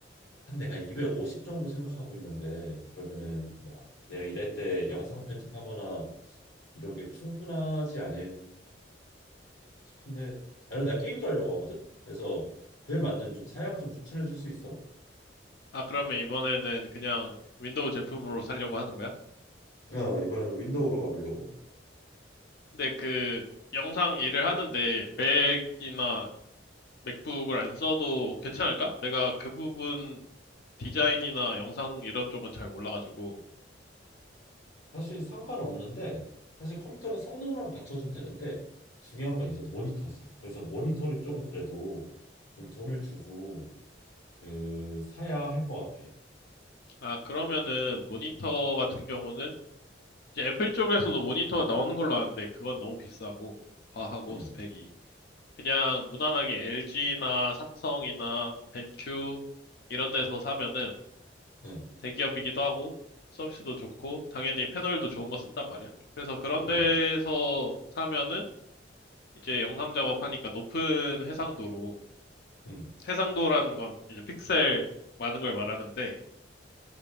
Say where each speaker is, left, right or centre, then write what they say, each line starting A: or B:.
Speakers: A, on the left; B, on the left.
A: 한 내가 250 정도 생각하고 있는데 그러면은 막 내가 일할 때 영상 편집하거나 이러게 충분하지 않을까 싶은데 아니 나 게임도 하려고 하거든. 그래서 그에 맞는 좀 사양 좀 추천해 줄 수 있어?
B: 아, 그러면 이번에는 그냥 윈도우 제품으로 살려고 하는 거야?
A: 어, 이번에는 윈도우로 가보려고.
B: 근데 그 영상 일을 하는데 맥이나 맥북을 안 써도 괜찮을까? 내가 그 부분 디자인이나 영상 이런 쪽은 잘 몰라가지고.
A: 사실 상관없는데, 사실 컴퓨터는 성능만 받쳐주면 되는데, 중요한 건 이제 모니터지. 그래서 모니터를 조금 그래도 좀 돈을 주고, 그, 사야 할 것 같아.
B: 아, 그러면은 모니터 같은 경우는 이제 애플 쪽에서도 모니터 나오는 걸로 아는데 그건 너무 비싸고 과하고
A: 응,
B: 스펙이. 그냥 무난하게 LG나 삼성이나 벤큐 이런 데서 사면은
A: 응,
B: 대기업이기도 하고 서비스도 좋고 당연히 패널도 좋은 거 쓴단 말이야. 그래서 그런 데서
A: 응,
B: 사면은 이제 영상 작업하니까 높은 해상도로
A: 응.
B: 해상도라는 건 이제 픽셀 많은 걸 말하는데